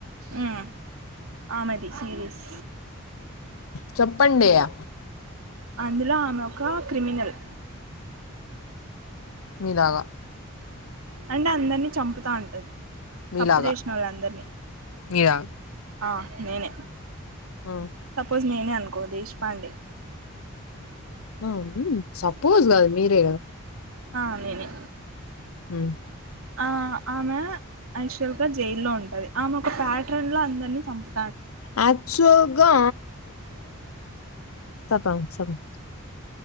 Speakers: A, on the right; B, on the left.
A: మ్మ్ ఆమెది సిరీస్
B: చెప్పండయా
A: అందులో ఆమె ఒక క్రిమినల్
B: మీలాగా
A: అంటే అందరినీ చంపుతా ఉంటది
B: మీలాగా
A: తప్పు చేసిన వాళ్ళందరినీ
B: మీరా
A: ఆ నేనే
B: ఆ
A: సపోజ మీ కో దేశ పండే
B: ఆ సపోజ్ కాదుా మీరే కదా
A: ఆ నేని
B: హ
A: ఆ ఆమె ఐశ్వల్ జైల్లో ఉంటది ఆమె ఒక ప్యాటర్న్ లో అందరి చంపు
B: యాక్చువల్గా <unintelligible>